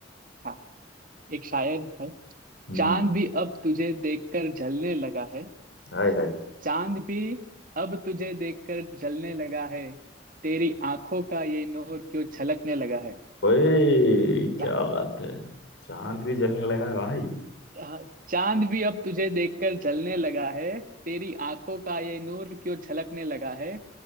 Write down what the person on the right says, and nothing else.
हाँ एक शायर है
चांद भी अब तुझे देखकर जलने लगा है
चांद भी अब तुझे देखकर जलने लगा है तेरी आंखों का ये नूर क्यों छलकने लगा है
चा,
हाँ, चांद भी अब तुझे देखकर जलने लगा है तेरी आंखों का ये नूर क्यों छलकने लगा है